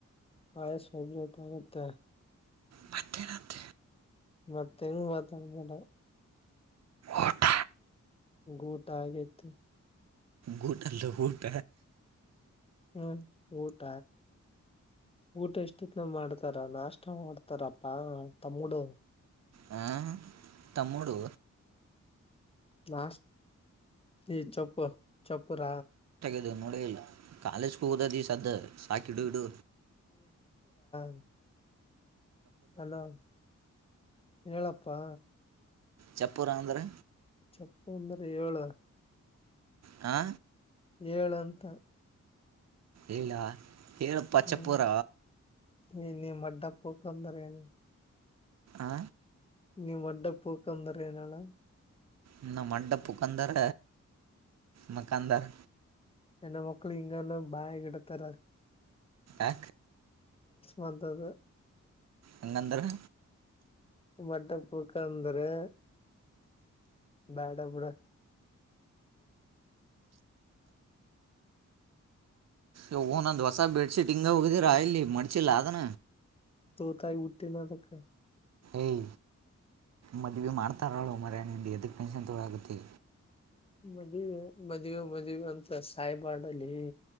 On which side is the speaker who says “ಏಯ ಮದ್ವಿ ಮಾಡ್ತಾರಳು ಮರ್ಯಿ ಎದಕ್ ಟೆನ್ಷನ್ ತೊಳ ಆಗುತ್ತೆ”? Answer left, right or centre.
Right